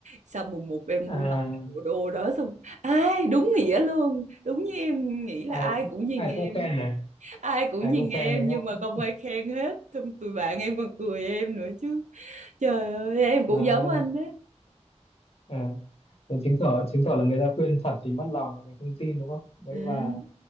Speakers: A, on the right (about 85°); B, on the left (about 55°).
A: sau mùng một em
B: à
A: mặc cái bộ đồ đó xong ai đúng nghĩa luôn đúng như em nghĩ là
B: ai
A: ai
B: cũng-
A: cũng nhìn
B: ai
A: em
B: cũng khen này
A: ai cũng
B: ai
A: nhìn
B: cũng
A: em
B: khen đúng
A: nhưng
B: không
A: mà không ai khen hết xong tụi bạn em còn cười em nữa chứ trời ơi em cũng
B: à,
A: giống anh đấy
B: à. Thế chứng tỏ chứng tỏ là người ta khuyên thật thì mất lòng mình không tin đúng không mấy
A: ừ.
B: bà